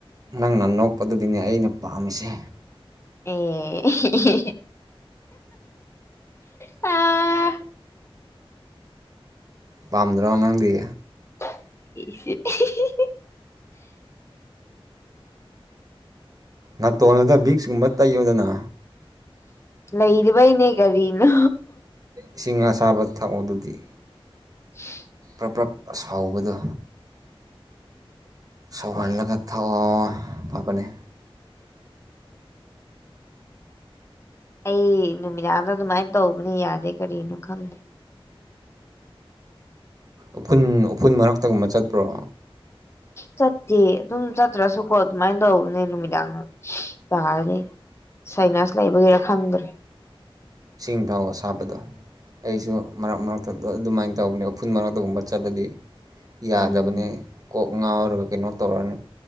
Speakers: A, on the right; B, on the left.
A: ꯅꯪꯅ ꯅꯣꯛꯄꯗꯨꯅꯤꯅꯦ ꯑꯩꯅ ꯄꯥꯝꯃꯤꯁꯦ
B: ꯑꯦ ꯑ
A: ꯄꯥꯝꯗ꯭ꯔ ꯅꯪꯗꯤ
B: <inaudible>
A: ꯅꯥꯇꯣꯟꯗꯨꯗ ꯕꯤꯛꯁꯀꯨꯝꯕ ꯇꯩꯌꯣꯗꯅ
B: ꯂꯩꯗꯕꯩꯅꯦ ꯀꯔꯤꯅꯣ
A: ꯏꯁꯤꯡ ꯑꯁꯥꯕ ꯊꯛꯑꯣ ꯑꯗꯨꯗꯤ
B: <unintelligible>
A: ꯄ꯭ꯔꯞ- ꯄ꯭ꯔꯞ ꯑꯁꯥꯎꯕꯗꯣ ꯁꯧꯍꯜꯂꯒ ꯊꯛꯑꯣ ꯐꯕꯅꯦ
B: ꯑꯩ ꯅꯨꯃꯤꯗꯥꯡꯗ ꯑꯗꯨꯃꯥꯏꯅ ꯇꯧꯕꯅꯦ ꯌꯥꯗꯦ ꯀꯔꯤꯅꯣ ꯈꯪꯗꯦ
A: ꯎꯐꯨꯟ- ꯎꯐꯨꯟ ꯃꯔꯛꯇꯒꯨꯝꯕ ꯆꯠꯄ꯭ꯔꯣ
B: ꯆꯠꯇꯦ ꯑꯗꯨꯝ ꯆꯠꯇ꯭ꯔꯁꯨꯀꯣ ꯑꯗꯨꯃꯥꯏꯅ ꯇꯧꯕꯅꯦ ꯅꯨꯃꯤꯗꯥꯡ ꯇꯥꯔꯗꯤ ꯁꯥꯏꯅꯁ ꯂꯩꯕꯒꯤꯔꯥ ꯈꯪꯗ꯭ꯔꯦ
A: ꯁꯤꯡ ꯊꯛꯑꯣ ꯑꯁꯥꯕꯗꯣ ꯑꯩꯁꯨ ꯃꯔꯛ ꯃꯔꯛꯇ ꯑꯗꯨꯃꯥꯏꯅ ꯇꯧꯕꯅꯦ ꯎꯐꯨꯟ ꯃꯔꯛꯇꯒꯨꯝꯕ ꯆꯠꯂꯗꯤ ꯌꯥꯗꯕꯅꯤ
B: ꯎꯝ
A: ꯀꯣꯛ ꯉꯥꯎꯔꯒ ꯀꯩꯅꯣ ꯇꯧꯔꯅꯤ